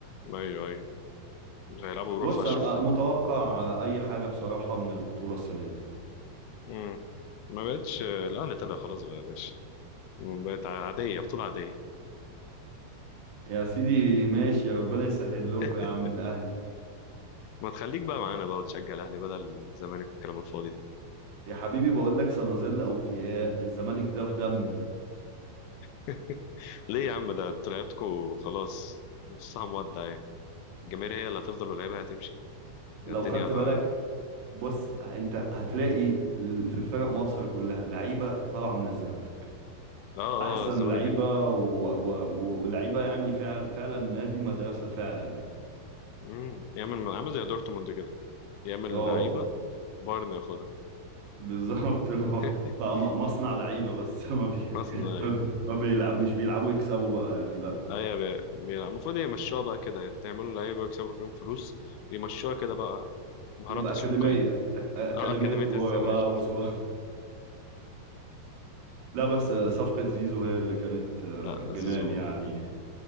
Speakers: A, on the left; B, on the right.
A: ايوه ايوه هيلعبوا بروح
B: بص
A: فشخ
B: انا آه، متوقع آه، اي حاجه بصراحه من البطوله السنه دي
A: امم ما بقتش الاهلي طلع خلاص بقى يا باشا بقت عادية بطولة عادية
B: يا سيدي ماشي يا ربنا يسهل لكم
A: <laughs>
B: يا عم الاهلي
A: ما تخليك بقى معانا بقى وتشجع الاهلي بدل الزمالك الكلام الفاضي ده
B: يا حبيبي بقول لك سنظل اوفياء الزمالك ده في دمي
A: <laughs> ليه يا عم ده انتوا لعيبتكوا خلاص نصها مودع يعني الجماهير هي اللي هتفضل واللعيبه هتمشي
B: لو
A: الدنيا
B: خدت
A: غ...
B: بالك
A: اه
B: بص ه- انت هتلاقي ال- في فرق مصر كلها لعيبه طالعه من الزمالك
A: اه
B: احسن
A: الزمالك
B: لعيبه
A: بي...
B: و... و... و... ولعيبه يعني فعل فعلا النادي مدرسه فعلا يعني
A: مم. يعمل عامل زي دورتموند كده يعمل
B: اه
A: لعيبه بايرن ياخدها
B: بالظبط اللي هو
A: <laughs>
B: بقى م- مصنع لعيبة بس <laughs> ما بي
A: خلصنا ايوه
B: ما بيلعب مش بيلعبوا يكسبوا بقى يعني لا
A: ايوه بيلعب المفروض يمشوها بقى كده تعملوا لعيبه ويكسبوا فيهم فلوس يمشوها كده بقى مهارات
B: تبقى
A: تسويقيه
B: أكاديمية أك- أكاديمية
A: اه اكاديميه
B: كورة
A: الزمالك
B: بقى وسوا <laughs> لا بس صفقة زيزو هي اللي كانت آه،
A: لا
B: جنان
A: زيزو
B: يعني